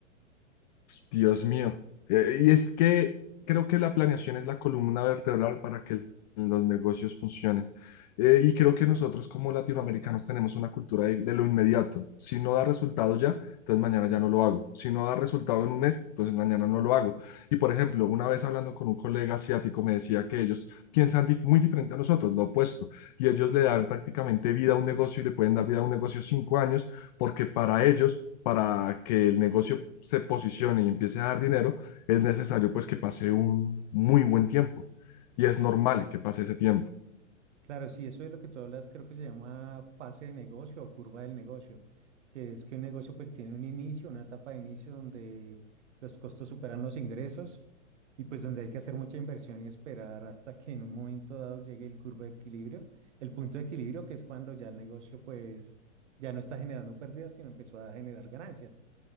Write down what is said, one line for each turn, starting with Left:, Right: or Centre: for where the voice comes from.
Left: Dios mío. Eh, y es que creo que la planeación es la columna vertebral para que los negocios funcionen. Eh, y creo que nosotros como latinoamericanos tenemos una cultura de, de lo inmediato. Si no da resultado ya, entonces mañana ya no lo hago. Si no da resultado en un mes, entonces mañana no lo hago. Y por ejemplo, una vez hablando con un colega asiático me decía que ellos piensan dif- muy diferente a nosotros, lo opuesto. Y ellos le dan prácticamente vida a un negocio y le pueden dar vida a un negocio cinco años porque para ellos, para que el negocio se posicione y empiece a dar dinero, es necesario pues que pase un muy buen tiempo y es normal que pase ese tiempo.
Right: Claro, sí, eso es lo que tú hablas, creo que se llama fase de negocio o curva del negocio, que es que un negocio pues tiene un inicio, una etapa de inicio donde los costos superan los ingresos y pues donde hay que hacer mucha inversión y esperar hasta que en un momento dado llegue el curva de equilibrio, el punto de equilibrio que es cuando ya el negocio pues ya no está generando pérdidas, sino empezó a generar ganancias.